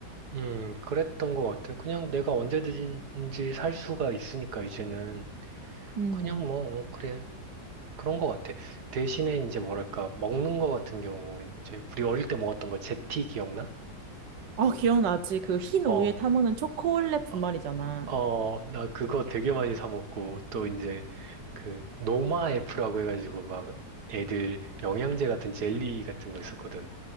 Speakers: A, on the right; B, on the right.
A: 음, 그랬던 것 같아. 그냥 내가 언제든지 살 수가 있으니까 이제는
B: 음.
A: 그냥 뭐, 어, 그래. 그런 것 같아. 대신에 이제 뭐랄까, 먹는 거 같은 경우, 이제 우리 어릴 때 먹었던 거 제티 기억나?
B: 아, 기억나지? 그 흰
A: 어,
B: 우유에 타먹는 초콜릿 분말이잖아.
A: 어, 어, 나 그거 되게 많이 사 먹고 또 이제 그 노마 F라고 해가지고 막 애들 영양제 같은 젤리 같은 거 있었거든.